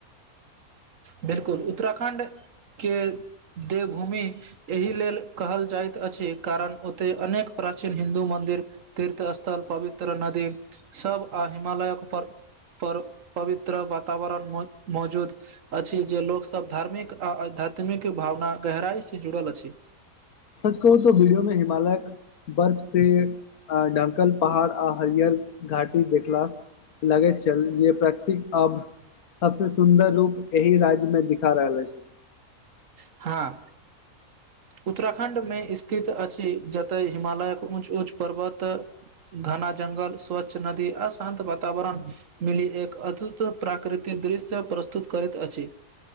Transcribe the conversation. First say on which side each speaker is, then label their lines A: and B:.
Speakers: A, on the right; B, on the left.
A: बिलकुल उत्तराखण्ड के देवभूमि एहि लेल कहल जाएत अछि कारण ओते अनेक प्राचीन हिन्दू मन्दिर, तीर्थ स्थल, पवित्र नदी सब आ हिमालयक पर पर पवित्र वातावरण मौ मौजूद अछि जे लोक सब धार्मिक आ आध्यात्मिक भावना गहराई से जुड़ल अछि।
B: सच कहू तो वीडियो मे हिमालयक बर्फ से आ ढकल पहाड़ आ हरियर घाटी देखला से लगैत छल जे प्रकृतिक अब सबसे सुन्दर रूप एहि राज्य मे दिखा रहल अछि।
A: हाँ। उत्तराखण्ड मे स्थित अछि, जतय हिमालयक ऊँच-ऊँच पर्वत घना जंगल, स्वच्छ नदी आ शान्त वातावरण मिली, एक अदभुत प्राकृतिक दृश्य प्रस्तुत करैत अछि।